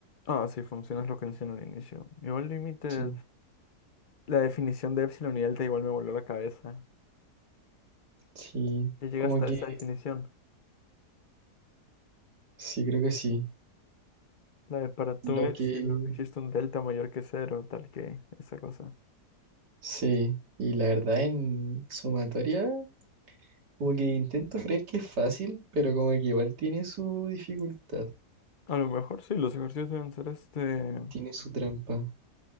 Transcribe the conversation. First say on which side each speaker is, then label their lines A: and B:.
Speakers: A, on the left (about 35°); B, on the right (about 85°).
A: Ah, sí, funciona es lo que mencioné al inicio. Igual límites,
B: Sí,
A: la definición de epsilon y delta igual me voló la cabeza.
B: sí,
A: Y llega
B: como
A: hasta
B: que,
A: esa definición.
B: sí, creo que sí.
A: La de para todo
B: Lo
A: epsilon
B: que,
A: existe un delta mayor que cero, tal que esa cosa.
B: sí, y la verdad en sumatoria, como que intento creer que es fácil, pero como que igual tiene su dificultad,
A: A lo mejor sí, los ejercicios deben ser este.
B: tiene su trampa.